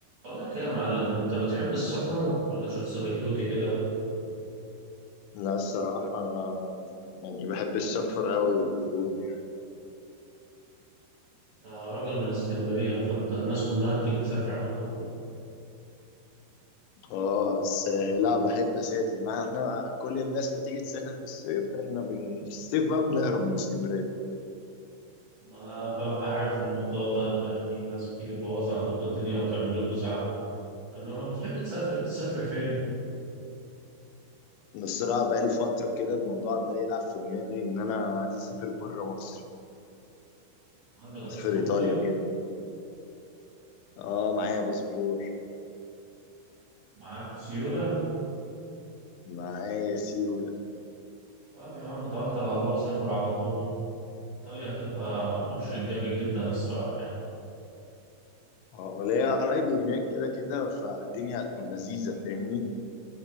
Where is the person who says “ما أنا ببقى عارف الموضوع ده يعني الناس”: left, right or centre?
Right